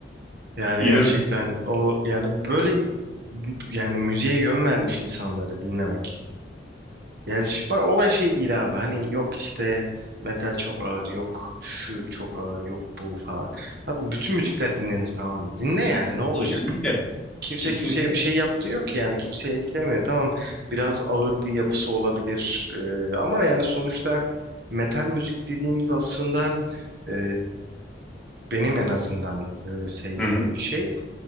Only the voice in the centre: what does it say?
inan
kesinlikle
kesinlikle.
Hı hı.